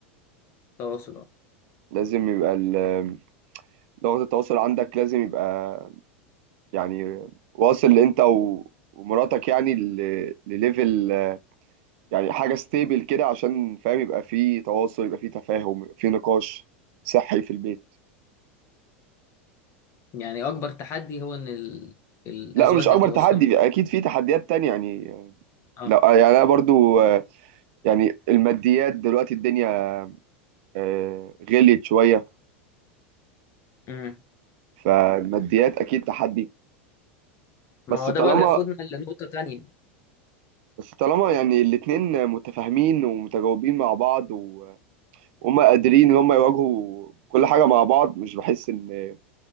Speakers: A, on the left; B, on the right.
A: تواصل اه
B: لازم يبقى ال- آه، لغه التواصل عندك لازم يبقى يعني واصل انت و- ومراتك يعني ل- لليفل آه، يعني حاجه ستيبل كده عشان فاهم يبقى في تواصل يبقى في تفاهم يبقى في نقاش صحي في البيت
A: يعني اكبر تحدي هو ان ال... الازواج
B: لا مش اكبر
A: يتواصلوا
B: تحدي
A: مع
B: اكيد في تحديات تانية يعني آه،
A: اه
B: لا يعني انا برضو آه، يعني الماديات دلوقتي الدنيا آه، غليت شويه
A: امم
B: فالماديات اكيد تحدي
A: ما
B: بس
A: هو
B: طالما
A: ده بقى بياخدنا لنقطة تانية
B: بس طالما يعني الاتنين متفاهمين ومتجاوبين مع بعض و- وهم قادرين ان هم يواجهوا كل حاجه مع بعض مش بحس ان